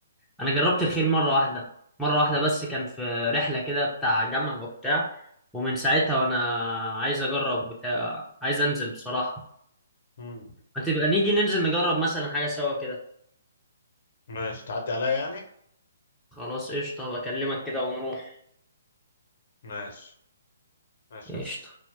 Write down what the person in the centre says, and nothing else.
انا جربت الخيل مره واحده مره واحده بس كان في رحله كده بتاع جامعه وبتاع ومن ساعتها وانا عايز اجرب بتاع عايز انزل بصراحه
ما تبقى نيجي ننزل نجرب مثلا حاجه سوا كده
خلاص قشطه بكلمك كده ونروح
قشطه